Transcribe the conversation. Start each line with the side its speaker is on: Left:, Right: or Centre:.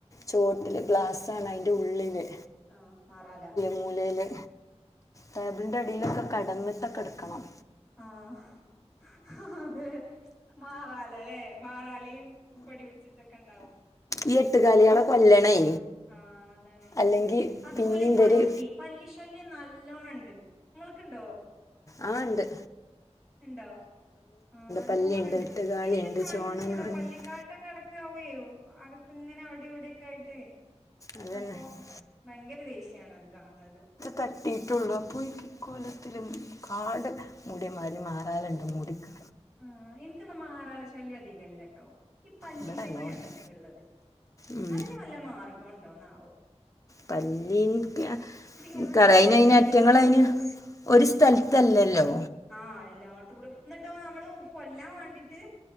Left: ചോട്ടില് ഗ്ലാസ്സ ആാണ് അയിൻറെ ഉള്ളില്
Centre: ആഹ് മാറാല
Left: മൂലയില്, ടേബിളിന്റെ അടിയിലൊക്കെ കടന്ന്ട്ടൊക്കെ ഇട്ക്കണം
Centre: ആഹ് അതെ മാറാലല്ലേ മാറാലയും പൊടിപിടിച്ച്ട്ടൊക്കെണ്ടാവും
Left: ഈ എട്ടുകാലികളെ കൊല്ലണേ
Centre: ആഹ് ആഹ്, അതാണ്
Left: അല്ലെങ്കിൽ
Centre: അതുപോലെ
Left: പിന്നെയും
Centre: പല്ലി
Left: പേര്
Centre: പല്ലിശല്യം നല്ലോണണ്ട് ഇങ്ങൾക്ക്ണ്ടോ
Left: ആഹ് ഇണ്ട്.
Centre: ഇണ്ടോ, ആഹ് നല്ലോണണ്ട്.
Left: പല്ലിയുണ്ട് എട്ടുകാലുണ്ട്
Centre: ഇന്ക്ക് കണ്ടൂട
Left: ചോണനുണ്ട്
Centre: പല്ലിക്കാട്ടം കാട്ടം കട് ക്കാവുകയോ അകത്ത് ഇങ്ങനെ അവടിം ഇവടിയൊക്കെ ആയിട്ട്
Left: അത് തന്നെ
Centre: അപ്പൊ ഭയങ്കര ദേഷ്യണ് അത് കാണ്ണത്
Left: തട്ടിട്ടൊള്ളു അപ്പോയേക്കും ഇക്കോലത്തില് കാട് മുടി മാതിരി മാറാലണ്ട് മൂടിക്ക്
Centre: ആഹ് ഇൻക്ന്നാ മാറാല ശല്യം അധികല്ലട്ടോ ഈ പല്ലി
Left: ഇവിടെ
Centre: ശല്യണ്
Left: എല്ലാം ഉണ്ട്
Centre: അധികള്ളത്
Left: ഉം.
Centre: അതിന് വല്ല മാർഗംണ്ടോന്നാവോ
Left: പല്ലി ക്ക്‌
Centre: യൂട്യൂബിൽ
Left: ഇൻകറിയാം
Centre: സെർച്ച്
Left: അതിന് അയ്ന്
Centre: ചെയ്തിട്ട്
Left: അയിറ്റങ്ങളയ്ന് ഒര് സ്ഥതൽ ത്തല്ലല്ലോ
Centre: ആഹ് എല്ലാട്ത്തുകൂടി ഇന്നട്ടോ നമ്മള് കൊല്ലാൻ വേണ്ടിട്ട്